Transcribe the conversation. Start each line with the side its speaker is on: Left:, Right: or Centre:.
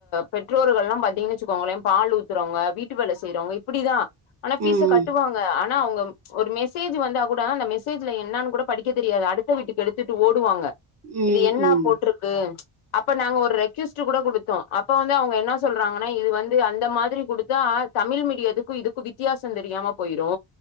Left: பெற்றோர்கள்லா பாத்தீங்கன்னா வச்சுக்கோங்கள பால் ஊத்தறவங்க வீட்டு வேல செய்றவங்க இப்டிதா ஆனா ஃபீஸ
Right: ம்
Left: கட்டுவாங்க ஆனா அவுங்க ஒரு மெசேஜ் வந்தா கூடா அந்த மெசேஜ்ல என்னானு கூட படிக்க தெரியாது அடுத்த வீட்டுக்கு எடுத்துட்டு ஓடுவாங்க
Right: ம்
Left: இது என்ன
Right: ம்
Left: போட்டுருக்கு அப்ப நாங்க ஒரு ரெக்யூஸ்ட் கூட குடுத்தோ அப்ப வந்து அவுங்க என்ன சொல்றாங்கன்னா இது வந்து அந்த மாதிரி குடுத்தா தமிழ் மீடியத்துக்கு இதுக்கு வித்தியாசோ தெரியாம போயிரு